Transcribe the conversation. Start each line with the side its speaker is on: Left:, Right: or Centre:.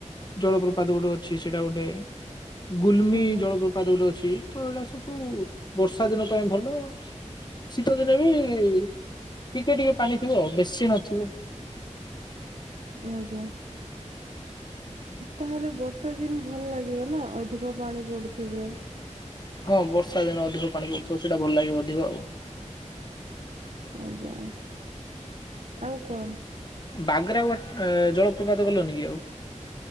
Left: ଜଳପ୍ରପାତ ଗୋଟେ ଅଛି ସେଇଟା ଗୋଟେ? ଗୁଲ୍ମୀ
Right: ଆଜ୍ଞା
Left: ଜଳ <unintelligible> <unintelligible> ଅଛି ତ ଏଇଟା ସବୁ ବର୍ଷା ଦିନ ପାଇଁ ଭଲ। ଶୀତ ଦିନେ ବି ଟିକେ ଟିକେ ପାଣି ଥିବ ଆଉ ବେଶୀ ନଥିବ।
Right: ଆଜ୍ଞା। ତାହେଲେ ବର୍ଷା ଦିନ ଭଲ ଲାଗିବ ନା ଅଧିକ ପାଣି ପଡୁଥିବ।
Left: ହଁ ବର୍ଷା ଦିନେ ଅଧିକ ପାଣି ପଡୁଥିବ ସେଇଟା ଭଲ ଲାଗିବ ଅଧିକ ଆଉ।
Right: ଆଜ୍ଞା ଆଉ କଣ?
Left: ବାଘ୍ରା ଆଉ ଆ ଟେ ଜଳପ୍ରପାତ ଗଲନି କି ଆଉ।